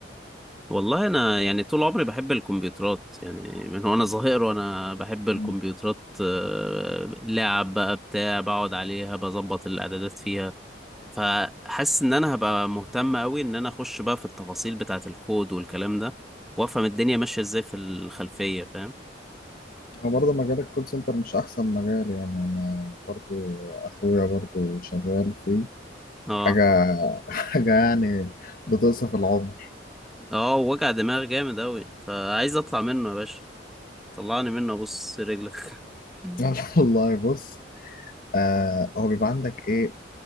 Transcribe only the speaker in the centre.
والله انا يعني طول عمري بحب الكمبيوترات يعني من وانا صغير وانا بحب الكمبيوترات
آه، لعب بقى بتاع بقعد عليها بظبط الاعدادات فيها فحاسس ان انا هبقى مهتم قوي ان انا اخش بقى في التفاصيل بتاعه الكود والكلام ده وافهم الدنيا ماشيه ازاي في الخلفيه فاهم
اه
اه وجع دماغ جامد قوي فعايز اطلع منه يا باشا طلعني منه بص رجلك <laughs>